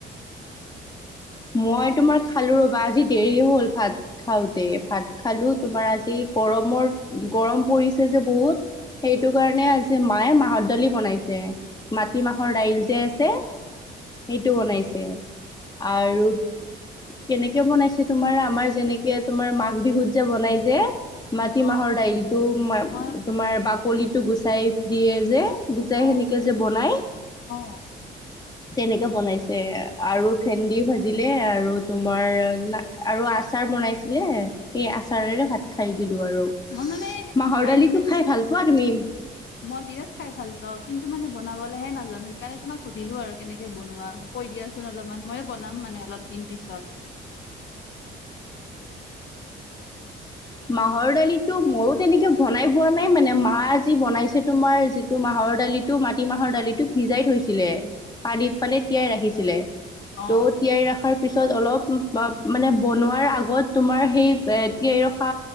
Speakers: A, on the left; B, on the left.
A: মই তোমাৰ খালো ৰ'বা, আজি দেৰি হ'ল ভাত খাওঁতেই, ভাত খালো তোমাৰ, আজি গৰমৰ, গৰম পৰিছে যে বহুত সেইটো কাৰণে, আজি মায়ে মাহৰ দালি বনাইছে মাটিমাহৰ দাইল যে আছে, সেইটো বনাইছে, আৰু কেনেকৈ বনাইছে তোমাৰ, আমাৰ যেনেকে তোমাৰ, মাঘ বিহুত যে, বনাই যে মাটিমাহৰ
B: অ
A: দাইলটো
B: মই
A: তোমাৰ, বাকলিটো গুচাই দিয়ে যে গুচাই
B: অ
A: সেনেকে যে বনাই,
B: অ
A: তেনেকে বনাইছে, আৰু ভেণ্ডি ভাজিলে আৰু তোমাৰ, আৰু আচাৰ বনাইছিলে সেই আচাৰেৰে ভাত খাই দিলো আৰু।
B: মই মানে
A: মাহৰ
B: খাই
A: দালিটো
B: মানে
A: খাই ভাল পোৱা তুমি?
B: মই বিৰাট খাই ভাল পাওঁ, কিন্তু মানে বনাবলৈহে নাজানো, সেইকাৰণে তোমাক সুধিলো আৰু কেনেকে বনোৱা? কৈ দিয়াচোন অলপমান ময়ো বনাম মানে অলপ দিন পিছত।
A: মাহৰ দালিটো মইও তেনেকে বনাই পোৱা নাই মানে মা আজি বনাইছে তোমাৰ যি টো মাহৰ দালিটো, মাটি মাহৰ দালিটো ভিজাই থৈছিলে পানীত পানে তিয়াই ৰাখিছিলে।
B: অ
A: ত তিয়াই ৰখাৰ পিছত অলপ মানে বনোৱাৰ আগত তোমাৰ সেই পা